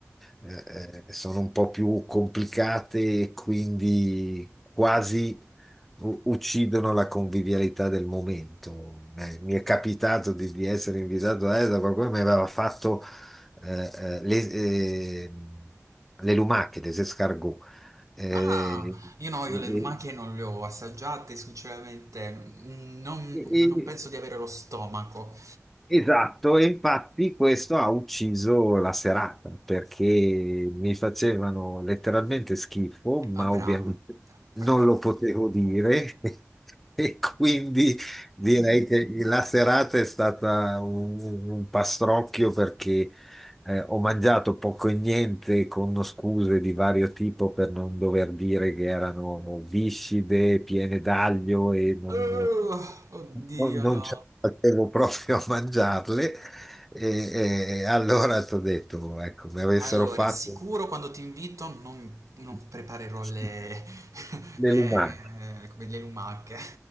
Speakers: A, in the centre; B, on the right (about 85°).
A: eh, eh, sono un po' più complicate e quindi quasi u- uccidono la convivialità del momento. Eh, Mi è capitato di, di essere invitato a ESA, qualcuno mi aveva fatto eh, eh, le, eh, le lumache, les escargots. Eh,
B: Ah, io no, io
A: e-
B: le lumache non le ho assaggiate, sinceramente, mm, non,
A: e-
B: non
A: e-
B: penso di avere lo stomaco.
A: Esatto, e infatti questo ha ucciso la serata perché mi facevano letteralmente schifo, ma
B: Ah, bravo,
A: ovviamente <laughs>
B: bravo.
A: non lo potevo dire <laughs> e quindi direi che la serata è stata un, un pastrocchio perché eh, ho mangiato poco e niente con scuse di vario tipo per non dover dire che erano viscide, piene d'aglio e non
B: Oh, oddio,
A: non non
B: no.
A: ce la facevo <laughs> proprio a mangiarle e, e allora ti ho detto, ecco, mi avessero
B: Allora,
A: fatto
B: sicuro quando ti invito non non
A: <laughs>
B: preparerò le <laughs>
A: le
B: le
A: lumache
B: eh, come le lumache.